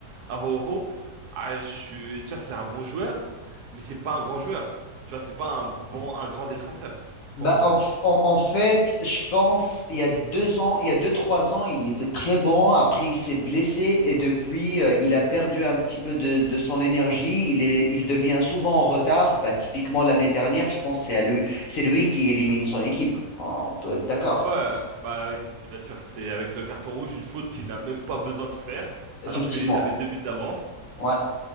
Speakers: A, on the right; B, on the left.
A: Araujo, ah, je suis- tu vois, c'est un bon joueur, mais c'est pas un grand joueur. Tu vois, c'est pas un bon, un grand défenseur,
B: Bah,
A: pour moi.
B: en, f- en- en fait, je pense, il y a deux ans, il y a deux, trois ans, il était très bon. Après, il s'est blessé et depuis, euh, il a perdu un petit peu de, de son énergie. Il est, il devient souvent en retard. Bah, typiquement, l'année dernière, je pense que c'est à lui, c'est lui qui élimine son équipe. Ah, On peut être d'accord.
A: Ouais, bah oui, bien sûr. C'est avec le carton rouge, une faute qu'il n'a même pas besoin de faire,
B: Effectivement.
A: alors qu'ils avaient deux buts d'avance.
B: Ouais.